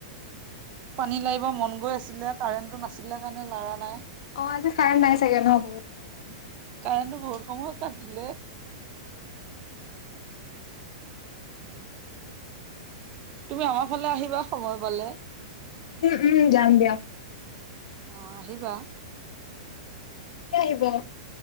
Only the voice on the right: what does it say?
পানী লাৰিব মন গৈ আছিলে। কাৰেণ্টো নাছিলে কাৰণে লাৰা নাই।
কাৰেণ্টো বহুত সময় কাটিলে। তুমি আমাৰ ফালে আহিবা সময় পালে।
অঁ, আহিবা।